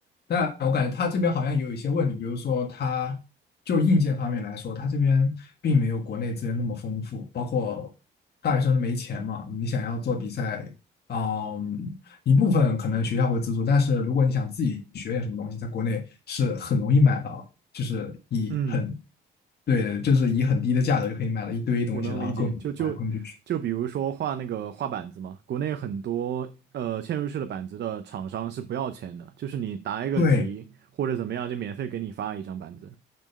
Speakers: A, on the left (about 55°); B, on the right (about 60°).
A: 但我感觉他这边好像也有一些问题，比如说他就硬件方面来说，他这边并没有国内资源那么丰富，包括大学生都没钱嘛，你想要做比赛，嗯，一部分可能学校会资助，但是如果你想自己学点什么东西，在国内是很容易买到，就是以很，
B: 嗯。
A: 对，就是以很低的价格就可以买到一堆东西，
B: 我能理解，
A: 然后供你玩，
B: 就就就比如说画那个画板子嘛，
A: 供你去学。
B: 国内很多呃嵌入式的板子的厂商是不要钱的，就是你答一个题或者怎么样，
A: 对，
B: 就免费给你发一张板子。